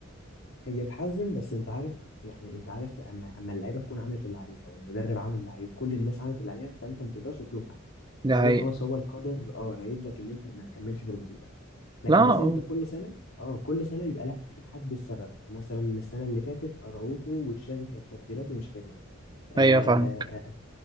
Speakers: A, on the left; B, on the right.
A: هي تحزن بس انت عارف يعني انت عارف اما اما اللعيبه تكون عملت اللي عليها والمدرب عمل اللي عليه وكل الناس عملت اللي عليها فانت ما تقدرش تلوم حد
B: دي حقيقة
A: هو خلاص هو القدر اه رايد لك ان انت ما تكملش في البطوله لكن
B: لا
A: مثلا
B: أه،
A: انت كل سنه اه كل سنه بيبقى لا في حد السبب مثلا السنه اللي فاتت اراوخو وتشافي كانت تبديلاته مش حلوه آه،
B: ايوه فاهمك
A: آه،